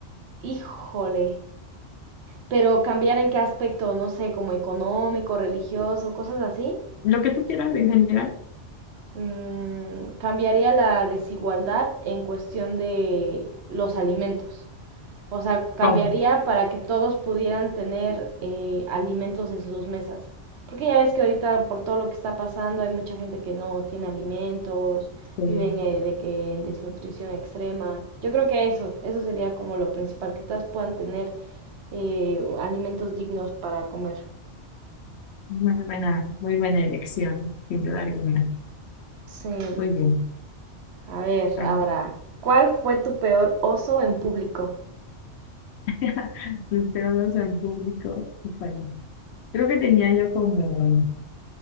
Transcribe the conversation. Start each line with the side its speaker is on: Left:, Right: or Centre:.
Right: Híjole. Pero cambiar en qué aspecto, no sé, como económico, religioso, cosas así.
Left: Lo que tú quieras en general.
Right: Mm, cambiaría la desigualdad en cuestión de los alimentos. O sea, cambiaría
Left: Prom.
Right: para que todos pudieran tener eh, alimentos en sus mesas. Porque ya ves que ahorita por todo lo que está pasando hay mucha gente que no tiene alimentos,
Left: Sí.
Right: viven eh, de que en desnutrición extrema. Yo creo que eso, eso sería como lo principal, que todas puedan tener eh, alimentos dignos para comer.
Left: Muy buena, muy buena elección, sin duda alguna.
Right: Sí.
Left: Muy bien.
Right: A ver,
Left: A
Right: ahora,
Left: ver.
Right: ¿cuál fue tu peor oso en público?
Left: <laughs> Los teólogos en público. híjole. Creo que tenía yo como,